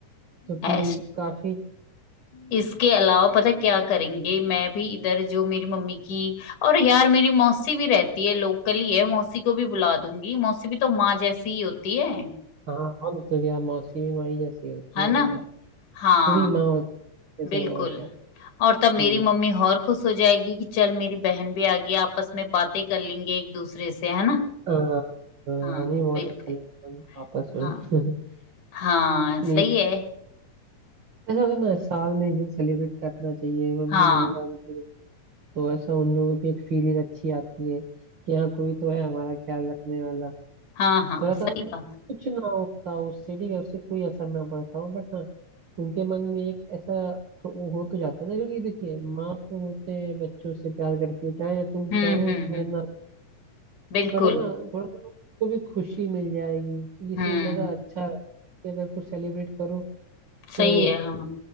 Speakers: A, on the right; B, on the left.
A: जो
B: ऐस
A: कि काफी
B: इसके अलावा पता है क्या करेंगे मैं भी इधर जो मेरी मम्मी की और यार मेरी मौसी भी रहती है लोकल ही है मौसी को भी बुला दूंगी मौसी भी तो माँ जैसी ही होती है
A: हाँ और तो क्या मौसी भी माई जैसी होती
B: है
A: है
B: ना
A: और क्या
B: हाँ
A: तेरी माँ होती है ये
B: बिल्कुल
A: सब और क्या
B: और तब मेरी
A: हम्म
B: मम्मी और खुश हो जाएगी कि चल मेरी बहन भी आ गई आपस में बातें कर लेंगे एक दूसरे से है ना
A: आ, आ, नहीं
B: हाँ
A: बहुत
B: बिल्कुल
A: अच्छा लगेगा उनको आपस में
B: हाँ
A: <laughs>
B: हाँ
A: नहीं
B: सही है
A: ऐसा होता है ना साल में एक दिन सेलिब्रेट करना चाहिए मम्मी
B: हाँ
A: लोगों का भी तो ऐसा उन लोगों को भी एक फीलिंग अच्छी आती है कि हाँ कोई तो है हमारा ख्याल रखने वाला
B: हाँ हाँ
A: थोड़ा सा
B: सही
A: मतलब
B: बात
A: कुछ ना होता हो उससे ठीक है उससे कोई असर ना पड़ता हो बट हाँ उनके मन में एक ऐसा तो वो हो तो जाता है ना क्योंकि देखिए माँ तो होते हैं बच्चों से प्यार करती है चाहे तुम
B: हम्म
A: करो
B: हम्म
A: चाहे
B: हम्म
A: ना
B: बिल्कुल
A: बट है ना थोड़ा सा उसको भी खुशी मिल जाएगी ये सीन
B: हम्म
A: ज्यादा अच्छा है कि अगर कुछ सेलिब्रेट करो
B: सही
A: तो
B: है हाँ